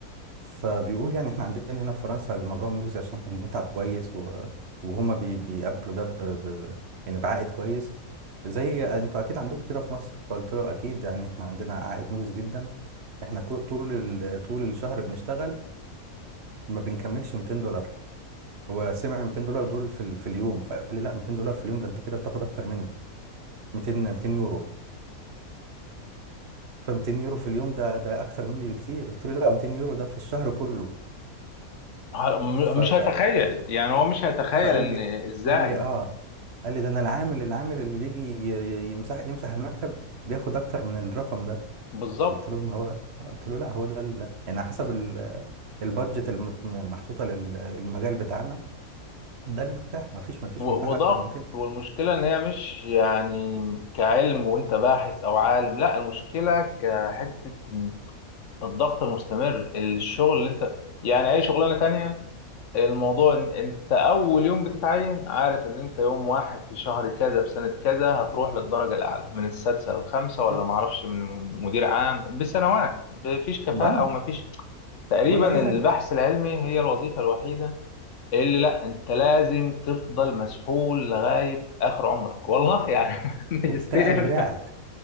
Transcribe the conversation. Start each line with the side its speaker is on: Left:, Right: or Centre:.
Right: فبيقول يعني احنا عندنا هنا في فرنسا الموضوع مجزي عشان احنا بنتعب كويس و... وهما بي... بيقابلوا ده ب... ب... ب- يعني بعائد كويس زي انتوا اكيد عندكم كده في مصر فقلت له اكيد يعني احنا عندنا عائد مجزي جدا احنا كو... طول ال... طول الشهر بنشتغل ما بنكملش 200 دولار هو سمع 200 دولار دول في, ال... في اليوم فقال لي لا 200 دولار في اليوم ده انت كده بتاخد اكتر مني 200 200 يورو ف 200 يورو في اليوم ده ده اكتر مني بكتير قلت له لا 200 يورو ده في الشهر كله
Left: ع- م-
Right: ف...
Left: مش
Right: ف...
Left: هيتخيل يعني هو مش هيتخيل
Right: فقال
Left: إن
Right: لي
Left: إزاي
Right: قال لي اه قال لي ده انا العامل العامل اللي بيجي ي- ي- يمسح يمسح المكتب بياخد اكتر من الرقم ده
Left: بالظبط
Right: قلت له ما هو قلت له لا هو ده ال... يعني على حسب ال... البادجت المحطوطه لل... للمجال بتاعنا ده المتاح ما فيش ما فيش
Left: و-
Right: متاح
Left: وضغط
Right: اكتر من كده
Left: والمشكلة إن هي مش يعني كعلم وأنت باحث أو عالم لا المشكلة كحتة الضغط المستمر الشغل اللي أنت يعني أي شغلانة تانية الموضوع إن انت اول يوم بتتعين عارف ان انت يوم واحد في شهر كذا بسنة كذا هتروح للدرجة الاعلى من السادسة للخامسة
Right: بالظبط
Left: ولا معرفش من مدير عام بسنوات مفيش كفاءة
Right: اه
Left: او مفيش تقريبا
Right: ولا اي حاجه
Left: البحث العلمي هي الوظيفة الوحيدة اللي لا انت لازم تفضل مسحول لغاية اخر عمرك والله يعني <laughs> ماجستير
Right: وبتترقى بدراعك